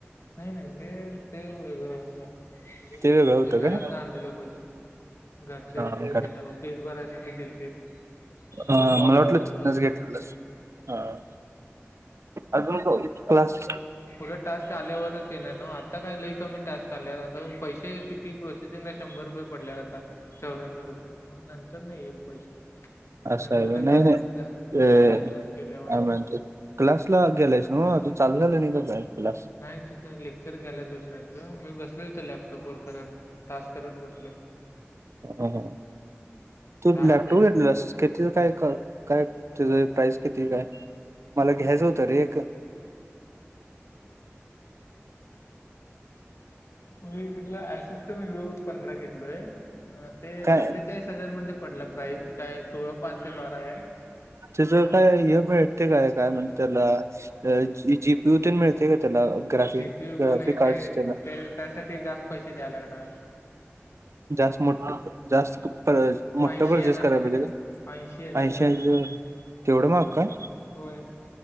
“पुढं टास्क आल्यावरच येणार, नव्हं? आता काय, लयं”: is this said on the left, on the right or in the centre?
Left